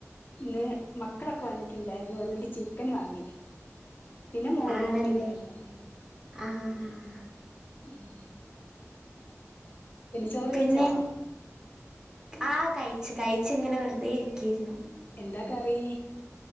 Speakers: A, on the left; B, on the right.
A: ഇന്ന് മക്കളൊക്കെ വന്നിട്ടുണ്ടായിരുന്നു. അതുകൊണ്ട് ചിക്കൻ വാങ്ങി. പിന്നെ മോര്
B: ആണല്ലേ
A: കറി ഇണ്ടായിരുന്നു.
B: ആഹ്
A: ഉം <inaudible> ചോറ്
B: പിന്നെ
A: കഴിച്ചാ
B: ആഹ് കയ്ച്ച് കയ്ച്ച് ഇങ്ങനെ വെറുതെ ഇരിക്കായിരുന്നു.
A: എന്താ കറി.